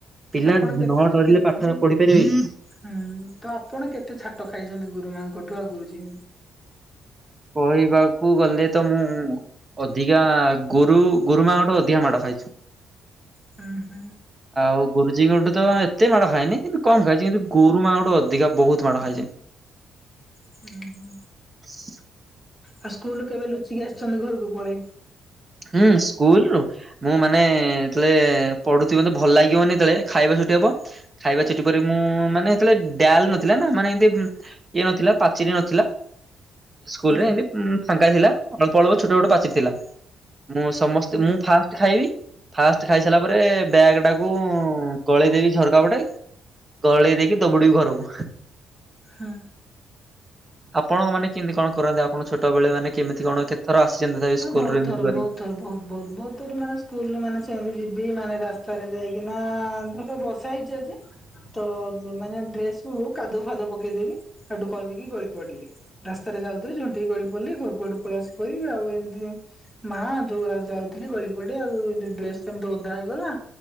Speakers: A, on the right; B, in the centre.
A: ପିଲା
B: ଆପଣ କେତ
A: ନ ଡରିଲେ
B: କେ
A: ପାଠ ପଢି ପାରିବେ କି?
B: ହୁଁ ତ ଆପଣ କେତେ ଛାଟ ଖାଇଛନ୍ତି ଗୁରୁମାଙ୍କୁ କୁଠୀବା ଗୁରୁଜି
A: କହିବାକୁ ଗଲେ ତ ମୁଁ ଅଧିକା ଗୁରୁ ଗୁରୁମାଙ୍କଠୁ ଅଧିକା ମାଡ଼ ଖାଇଛି।
B: ହୁଁ ହୁଁ
A: ଆଉ ଗୁରୁଜୀ ଗୋଟେ ତ ଏତେ ମାଡ଼ ଖାଇନି କିନ୍ତୁ କମ ଖାଇଛି କିନ୍ତୁ ଗୁରୁମାଙ୍କଠୁ ଅଧିକା ବହୁତ ମାଡ ଖାଇଛି।
B: ହୁଁ ହୁଁ।
A: <unintelligible>
B: ଆଉ ସ୍କୁଲ କେବେ ଲୁଚିକି ଆସିଛନ୍ତି ଘରକୁ? କୁ ପଳେଇ
A: ହୁଁ ସ୍କୁଲରୁ ମୁଁ ମାନେ-ଏ-ଏ-ଏ ଯେତେବେଳେ ପଢୁଥିବି ମୋତେ ଭଲ ଲାଗିବନି ଯେତେଳେ ଖାଇବା ଛୁଟି ହବ ଖାଇବା ଛୁଟି ପରେ ମୁଁ-ଉ-ଉ-ଉ ମାନେ ସେତେବେଳେ ଡାଲ ନଥିଲା ନା ମାନେ ଏମତି ଇଏ ନଥିଲା ପାଚେରି ନଥିଲା, ସ୍କୁଲରେ
B: ହଁ
A: ଏମିତି ଉମ୍-ମ୍-ମ୍ ଫାଙ୍କା ଥିଲା ଆମେ ପଳଉ ଛୋଟ ଛୋଟ ପାଚେରୀ ଥିଲା। ମୁଁ ସମସ୍ତେ
B: ହଁ
A: ମୁଁ ଫାଷ୍ଟ ଖାଇବି, ଫାଷ୍ଟ ଖାଇ ସାରିଲା ପରେ ବ୍ୟାଗ ଟାକୁ-ଉ-ଉ-ଉ-ଉ ଗଳେଇଦେବି ଝରକା ପଟେ ଗଳେଇ ଦେଇକି ଦବଡିବି ଘରକୁ।
B: ହଁ।
A: ଆପଣଙ୍କ ମାନେ କେମିତି କଣ କରନ୍ତି ଆପଣଙ୍କ ଛୋଟବେଳେ ମାନେ କେମିତି କଣ କେତଥର ଚିନ୍ତା ଥାଏ
B: ମୁଁ
A: ସ୍କୁଲରୁ
B: ବହୁତ
A: ଏମିତି
B: ଥର
A: କରି।
B: ବହୁତ ଥର ବହୁତ ବହୁତ ବହୁତ ଥର ମାନେ ସ୍କୁଲରେ ମାନେ ସେମତି ଯିବି ମାନେ ରାସ୍ତାରେ ଯାଇକିନା-ଆ-ଆ-ଆ-ଆ-ଆ ଧରିକି ବର୍ଷା ହେଇଛି ଆଜି ତ ମ ମାନେ ଡ୍ରେସ ଓ ହ କାଦୁ ଫାଦୁ ପକେଇଦେବି। ହେଠୁ କହିବି କି ଗଳି ପଡିଲି ରାସ୍ତାରେ ଯାଉଥିଲି ଝୁଣ୍ଟିକି ଗଳି ପଡିଲି ଘରକୁ ଆଠୁ ପଳେଇ ଆସି ପଡିଲି ଆଉ ଏମିତି ମା ଯୋଉ ଯାଉଥିଲି ଗଳି ପଡେ ଆଉ ଏମତି ଡ୍ରେସ ସେମିତି ଓଦା ହେଇଗଲା